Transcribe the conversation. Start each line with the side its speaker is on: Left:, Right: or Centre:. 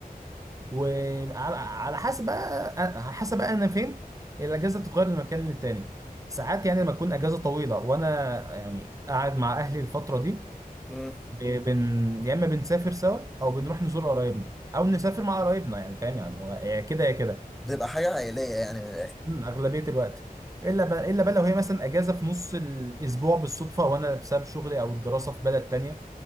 Right: وعلى على حسب بقى على حسب بقى انا فين الاجازه بتتغير من مكان للتاني ساعات يعني لما تكون اجازه طويله وانا يعني قاعد مع اهلي الفتره دي
Centre: امم
Right: ب- بن يا اما بنسافر سوا او بنروح نزور قرايبنا او نسافر مع قرايبنا يعني فاهم يعني هو يا كده يا كده
Centre: بتبقى حاجة عائلية يعني من الآخر
Right: مم، اغلبيه الوقت الا بقى الا بقى لو هي مثلا اجازه في نص الاسبوع بالصدفه وانا بسبب شغلي او الدراسه في بلد تانية